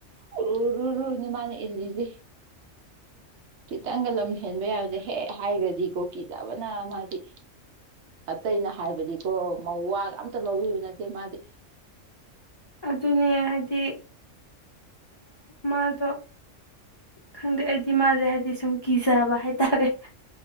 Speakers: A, on the right; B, on the left.
A: ꯎꯔꯔꯅꯤ ꯃꯥꯅꯦ ꯏꯜꯁꯤꯦ ꯈꯤꯇꯪꯒ ꯂꯝ ꯍꯦꯟꯕ ꯌꯥꯕꯗ ꯍꯦꯛ ꯍꯥꯏꯈ꯭ꯔꯗꯤ ꯀꯣꯀꯤ ꯆꯥꯕꯅ ꯃꯥꯗꯤ ꯑꯇꯩ ꯑꯩꯅ ꯍꯥꯏꯕꯗꯤꯀꯣ ꯃꯧ ꯋꯥ ꯑꯝꯇ ꯂꯧꯕꯤꯕ ꯅꯠꯇꯦ ꯃꯥꯗꯤ
B: ꯑꯗꯨꯅꯦ ꯍꯥꯏꯗꯤ ꯃꯥꯗꯣ ꯈꯪꯗꯦ ꯑꯩꯗꯤ ꯃꯥꯁꯦ ꯍꯥꯏꯕꯗꯤ ꯁꯨꯝ ꯀꯤꯖꯕ ꯍꯥꯏ ꯇꯔꯦ